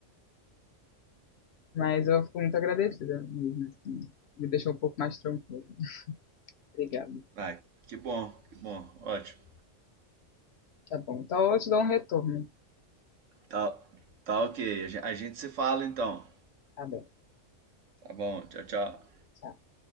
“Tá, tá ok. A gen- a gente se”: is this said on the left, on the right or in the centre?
Right